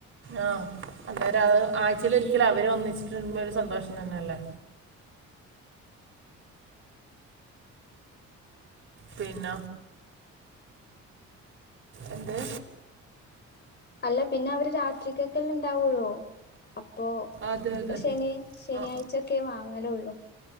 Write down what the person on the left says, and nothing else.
അല്ല പിന്നവര് രാത്രിക്കെക്കെല്ലെണ്ടാവുള്ളൂ! അപ്പോ
ശനി ശനിയാഴ്ചൊക്കെ
വാങ്ങലുള്ളൂ!